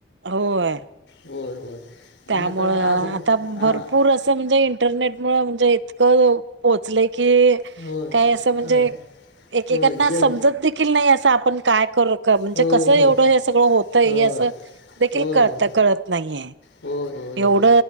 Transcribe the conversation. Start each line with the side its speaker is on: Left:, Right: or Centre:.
Right: होय.
Left: होय होय.
Right: त्यामुळं
Left: आणि आता आज
Right: आता
Left: आ-
Right: भरपूर असं म्हणजे इंटरनेट मुळ म्हणजे इतकं पोहोचलंय की
Left: होय
Right: काय अस म्हणजे
Left: अ,
Right: एकएकांना
Left: होय जग
Right: समज नाही. देख नाही अस आपण काय करू म्हणजे
Left: हो
Right: कस एवढ
Left: हो
Right: हे सगळ होतय
Left: हो.
Right: हे अस देखील
Left: होय,
Right: कर
Left: होय.
Right: त कळत नाहीये.
Left: होय, होय,
Right: एवढ
Left: होय.